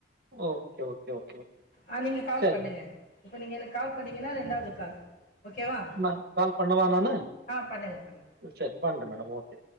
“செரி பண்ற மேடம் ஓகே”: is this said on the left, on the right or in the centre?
Right